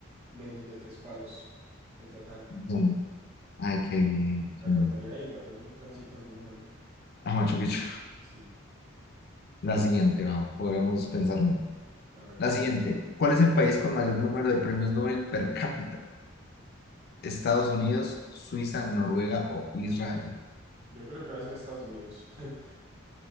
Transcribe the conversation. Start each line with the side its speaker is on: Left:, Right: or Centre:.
Right: menos de tres palos en total.
Left: Bueno, Ay, qué bien. chimba.
Right: Aguantaría ir, armemos un plancito en algún momento.
Left: A Machu Picchu.
Right: Sí,
Left: La siguiente, va, podríamos pensarlo.
Right: a ver.
Left: La siguiente. ¿Cuál es el país con mayor número de premios Nobel per cápita? ¿Estados Unidos, Suiza, Noruega o Israel?
Right: Yo creo que va a ser Estados Unidos, <laughs>